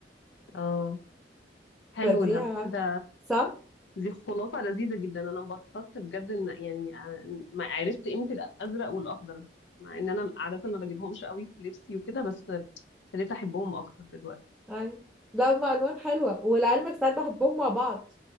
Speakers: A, on the left; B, in the centre.
A: اه حلو
B: فدي
A: ده ده
B: صح
A: دي خلاصه لذيذه جدا انا انبسطت بجد ان يعني آه، ما عرفت قيمه الازرق والاخضر مع ان انا عاده ما بجيبهمش قوي في لبسي وكده بس ابتديت احبهم اكتر دلوقتي
B: أي. لا هما الوان حلوه ولعلمك ساعات بحبهم مع بعض